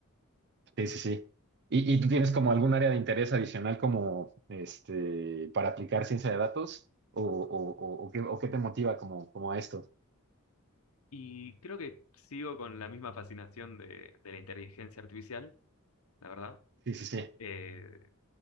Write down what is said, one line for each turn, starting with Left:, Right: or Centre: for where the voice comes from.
Right: Sí, sí, sí. ¿Y, y tú tienes como algún área de interés adicional como este para aplicar ciencia de datos? ¿O, o, o- o qué, o qué te motiva como, como a esto?
Left: Y creo que sigo con la misma fascinación de, de la inteligencia artificial, la verdad.
Right: Sí, sí, sí.
Left: Eh,